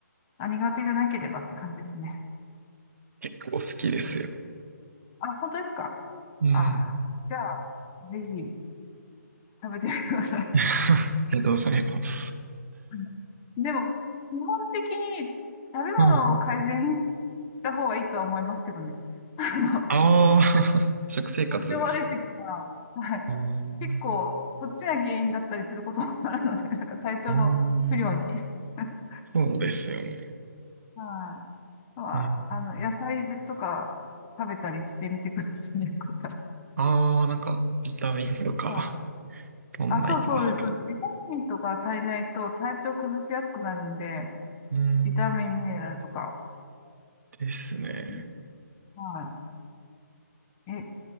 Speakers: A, on the left (about 20°); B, on the right (about 55°).
A: あ、苦手じゃなければって感じですね。
B: 結構好きですよ。
A: あ、本当ですか
B: うん。
A: ああ、じゃあ、ぜひ食べてみてください。
B: <laughs> ありがとうございます。
A: <laughs> うんでも、基本的に食べ物を改善し
B: うん。
A: た方がいいとは思いますけどね。<laughs> あの、
B: ああ、<laughs> 食生活ですか。
A: 体調悪い時は、はい。
B: うん。
A: 結構、そっちが原因だったりすることもあるので、なんか体調の不良に。
B: あー
A: <laughs>
B: そうですよね。
A: はい。まあ、
B: うん。
A: あの、野菜とか食べたりしてみてくださいね。<laughs> よかったら。
B: ああ、なんか、ビタミンとか、
A: はい。
B: <laughs> どんなやつですかね。
A: あ、そうそうです。そうです。ビタミンとか足りないと体調崩しやすくなるんで、
B: うん。
A: ビタミン、ミネラルとか。
B: ですね。
A: うんはい。え、